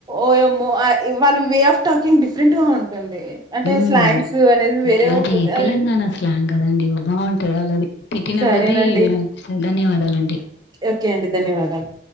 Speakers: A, on the right; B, on the left.
A: ఓయమ్మో అ వాళ్ళ వే ఆఫ్ టాకింగ్ డిఫరెంట్ గ ఉ రందే అంటే
B: హ్మ్.
A: స్లేంగ్స్ అనేది వేరే
B: అది
A: ఉంటుంది అద
B: తెలంగాణ స్లాంగ్ కదండీ! బావుంటది ఆళ్ళది. తిట్టిన
A: సరేనండి
B: కొద్దీ వినాలనిపిస్తది. ధన్యవాదాలండి.
A: ఓకే అండి ధన్యవాదాలు